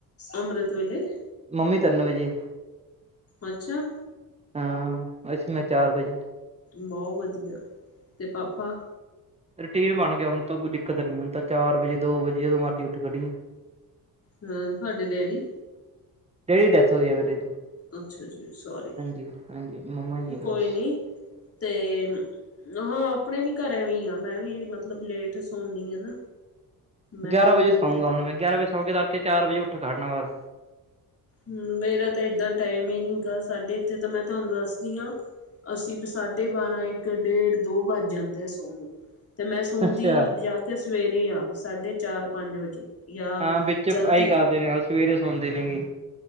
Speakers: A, on the left; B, on the right.
A: ਅੰਮ੍ਰਤ ਵਲੇ
B: ਮੰਮੀ ਤਿੰਨ ਵਜੇ।
A: ਅੱਛਾ
B: ਹਮ ਬਸ ਮੈਂ ਚਾਰ ਵਜੇ।
A: ਬਹੁਤ ਵਧੀਆ ਤੇ ਪਾਪਾ?
B: ਰੂਟੀਨ ਬਣ ਗਿਆ ਹੁਣ ਤਾਂ ਕੋਈ ਦਿੱਕਤ ਨੀ ਹੁਣ ਤਾਂ ਚਾਰ ਵਜੇ ਦੋ ਵਜੇ ਜਦੋਂ ਮਰਜ਼ੀ ਉੱਠ ਖੜੀਏ।
A: ਹਾਂ ਤੁਹਾਡੇ ਡੈਡੀ?
B: ਡੈਡੀ ਦੀ ਡੈਥ ਹੋਈ ਹੈ ਮੇਰੇ ਦੀ।
A: ਅੱਛਾ ਜੀ। ਸੋਰੀ,
B: ਹਾਂਜੀ ਹਾਂਜੀ ਮੰਮਾ ਜੀ ਦੀ
A: ਕੋਈ
B: ਬਸ
A: ਨੀ ਤੇ ਹਾਂ। ਆਪਣੇ ਵੀ ਘਰ ਵੀ ਐਵੀਂ ਆ ਮੈਂ ਵੀ ਮਤਲਬ ਲੇਟ ਸੌਨੀ ਆ ਨਾ ਮੈਂ
B: ਗਿਆਰਾਂ ਵਜੇ
A: ਫਿਰ
B: ਸੌਉਂਗਾ ਹੁਣ ਮੈਂ। ਗਿਆਰਾ ਵਜੇ ਸੌ ਕੇ ਤੜਕੇ ਚਾਰ ਵਜੇ ਉਠ ਖੜਨਾ ਬਸ।
A: ਹਮ ਮੇਰਾ ਤਾਂ ਇਏਦਾਂ ਟਾਈਮ ਹੀ ਨੀ ਗਾ। ਸਾਡੇ ਇੱਥੇ ਤਾਂ ਮੈਂ ਤੁਹਾਨੂੰ ਦੱਸ ਦੀ ਆ, ਅਸੀਂ ਤਾਂ ਸਾਢੇ ਬਾਰਾਂ ਇੱਕ ਡੇਢ ਦੋ ਵੱਜ ਜਾਂਦੇ ਆ ਸੋਣ ਨੂੰ। ਤੇ ਮੈਂ ਸੌਦੀ
B: ਅੱਛਾ
A: ਜਾ ਕੇ ਸਵੇਰੇ ਆ ਸਾਢੇ ਚਾਰ ਪੰਜ ਵਜੇ। ਜਾਂ
B: ਹਾਂ ਵਿੱਚ
A: ਜਲਦੀ
B: ਆਹੀ ਕਰਦੇ ਨੇ ਸਵੇਰੇ ਸੌਦੇ ਨੇਗੇ।